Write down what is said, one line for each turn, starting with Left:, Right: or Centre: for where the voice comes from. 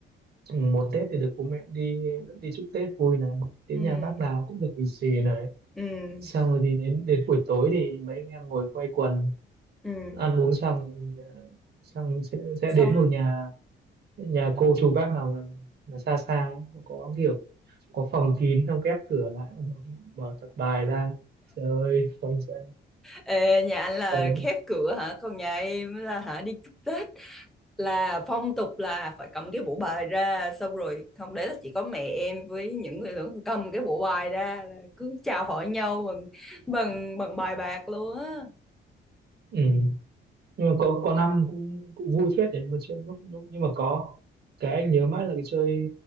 Right: mùng một Tết thì được bố mẹ đi đi chúc Tết vui này đến
Centre: ừ
Right: nhà bác nào cũng được lì xì này
Centre: ừ
Right: xong rồi thì đến đến buổi tối thì mấy anh em ngồi quây quần
Centre: ừ
Right: ăn uống xong thì, ờ, xong sẽ sẽ
Centre: xong
Right: đến một nhà nhà cô chú bác nào mà, mà xa xa ấy, nó có kiểu có phòng kín xong khép cửa lại bắt đầu mở tập bài ra chơi ơi quanh chân
Centre: Ê, nhà anh là
Right: quanh
Centre: khép cửa hả? Còn nhà em là hả đi chúc Tết là phong tục là phải cầm cái bộ bài ra xong rồi không đấy là chỉ có mẹ em với những người lớn cầm cái bộ bài ra là cứ chào hỏi nhau bằng bằng bằng bài bạc luôn á.
Right: ừ. nhưng mà có có năm cũng cũng vui phết đấy nhưng mà chơi lúc lúc nhưng mà có cái anh nhớ mãi là cái chơi